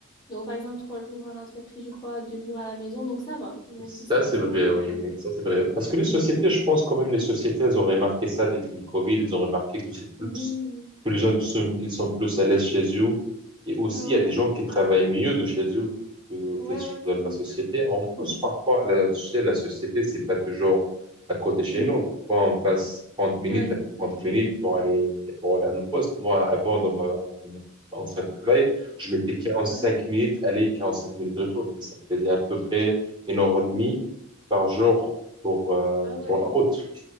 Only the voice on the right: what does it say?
Ça,
c'est vrai,
oui,
oui, ça, c'est vrai. Parce que les sociétés, je pense quand même, les sociétés, elles ont remarqué ça depuis le Covid, elles ont remarqué que c'est plus,
que les gens sont, ils sont plus à l'aise chez eux. Et aussi,
il y a des gens qui travaillent mieux de chez eux que,
que sur
la
la
société. En plus, parfois, la, tu sais, la société, c'est pas toujours à côté chez
nous. Parfois, on passe trente minutes
à 40
minutes pour aller, pour aller à nos postes. Moi, avant, dans ma, dans mon ancien travail, je mettais quarante
cinq minutes aller, 45 minutes retour. Donc, ça faisait à peu près une heure et demie
par jour pour, euh,
pour la route.